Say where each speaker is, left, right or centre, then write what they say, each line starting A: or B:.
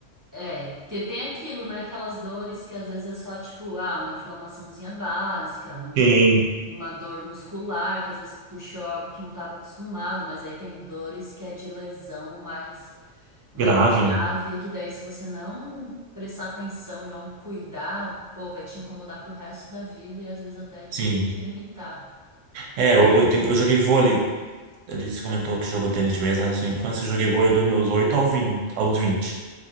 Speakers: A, on the right; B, on the right.
A: É, porque tem aquilo, né? Aquelas dores que às vezes é só tipo, ah, uma inflamaçãozinha básica, um,
B: Sim,
A: uma dor muscular que às vezes puxou algo que não estava acostumado, mas aí tem dores que é de lesão mais mais
B: grave,
A: grave,
B: né?
A: que daí se você não prestar atenção e não cuidar, pô, vai te incomodar pro resto da vida e às vezes até te,
B: Sim.
A: te limitar.
B: É, eu, eu, tenho, eu joguei vôlei. Ele se comentou que jogou tênis de mesa na sua infância. Eu joguei vôlei dos meus 8 ao 20, aos 20.